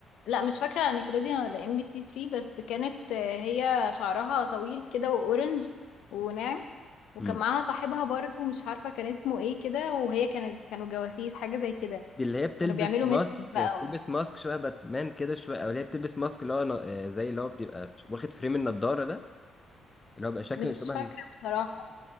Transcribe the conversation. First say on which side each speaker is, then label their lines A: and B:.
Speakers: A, on the left (about 75°); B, on the left (about 20°).
A: لا مش فاكرة على نيكلوديان ولا ام بي سي 3 بس كانت آه، هي شعرها طويل كده واورنج وناعم وكان
B: امم
A: معاها صاحبها برضو مش عارفة كان اسمه ايه كده وهي كانت كانوا جواسيس حاجة زي كده
B: دي اللي هي بتلبس
A: كانوا بيعملوا
B: ماسك
A: مش بقى
B: بتلبس
A: و-
B: ماسك شويه باتمان كده شويه او اللي هي بتلبس ماسك اللي هو ن- آه، زي اللي هو بيبقى ش- واخد فريم النضاره ده اللي هو بيبقى شكل
A: مش
B: شبه
A: فاكرة بصراحة